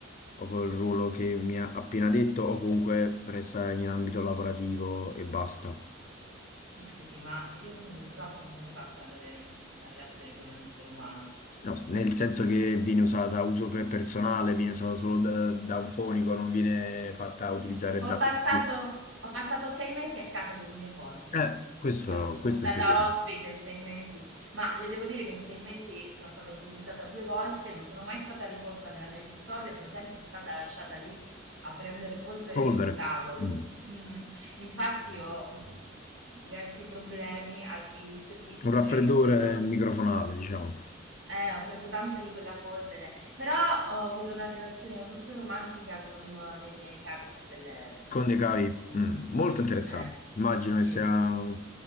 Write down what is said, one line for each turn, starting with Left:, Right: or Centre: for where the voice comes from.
Left: o col ruolo che mi ha appena detto, o comunque resta in ambito lavorativo e basta?
Right: Mi scusi, ma io sono un microfono, come faccio ad avere un- una relazione con un essere umano?
Left: No, nel senso che viene usata a uso per personale, viene usata solo da, da un fonico, non viene fatta utilizzare
Right: Ho
Left: da
Right: passato,
Left: tutti.
Right: ho passato sei mesi a casa del mio fonico,
Left: Eh,
Right: sì.
Left: questo,
Right: Sono stata, sono
Left: questo
Right: stata
Left: intendevo.
Right: ospite sei mesi, ma le devo dire che in sei mesi sono stata utilizzata due volte, non sono mai stata riposta nella mia custodia, sono sempre stata lasciata lì a prendere polvere
Left: Polvere.
Right: su un tavolo.
Left: Mm.
Right: Mm, Infatti ho diversi problemi ai filtri perché
Left: Un raffreddore
Right: ho preso
Left: microfonale, diciamo.
Right: Eh, ho preso tanta di quella polvere, però ho avuto una relazione molto romantica con uno dei miei cavi XLR.
Left: Con dei cavi, mm, molto interessante.
Right: Eh,
Left: Immagino
Right: sì.
Left: che sia una